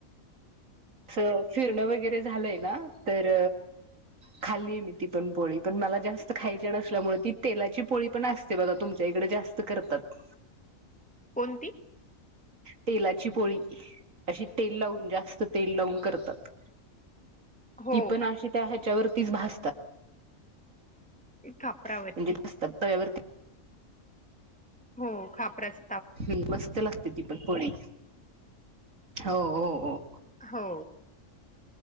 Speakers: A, on the right (about 75°); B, in the centre.
A: असं फिरणं वगैरे झालंय ना तर खाल्ली आहे मी ती पण पोळी पण मला जास्त खायची नसल्यामुळे ती तेलाची पोळी पण असते बघा तुमच्या इकडे जास्त करतात.
B: कोणती?
A: तेलाची पोळी अशी तेल लावून जास्त तेल लावून करतात.
B: हो
A: ती पण अशी त्या ह्याच्यावरतीच भाजतात.
B: खापरावरती
A: <unintelligible>
B: हो खापराच.
A: हम् मस्त लागते ती पण पोळी. हो हो. हो
B: हो.